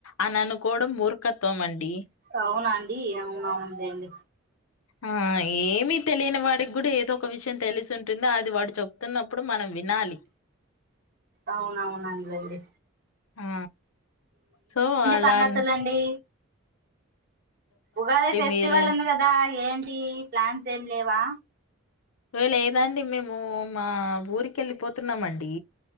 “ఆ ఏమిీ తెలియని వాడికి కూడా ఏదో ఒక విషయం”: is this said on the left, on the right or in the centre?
Left